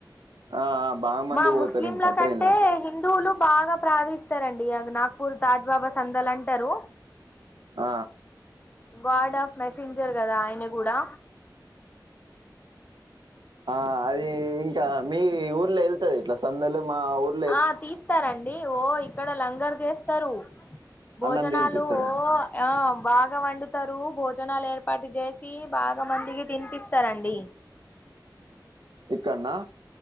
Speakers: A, on the right; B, on the left.
A: ఆ బాగా మంది
B: మా
A: పోతారు
B: ముస్లింలకంటే
A: ఇంకా ట్రైన్ల
B: హిందువులు బాగా ప్రార్థిస్తారండి అది నాగ్పూర్ తాజ్ బాబా సందల్ అంటారు
A: ఆ
B: గాడ్ ఆఫ్ మెసెంజర్ కదా ఆయన కూడా
A: ఆ అది ఇంకా మీ ఊర్లో వెళ్తది ఇట్లా సందలు మా ఊర్
B: ఆ తీస్తారండి ఓ ఇక్కడ లంగర్ చేస్తారు భోజనాలు
A: అన్నం తినిపిస్తారని
B: ఓ ఆ బాగా వండుతారు భోజనాలు ఏర్పాటు చేసి బాగా మందికి తినిపిస్తారండి
A: ఇక్కన్నా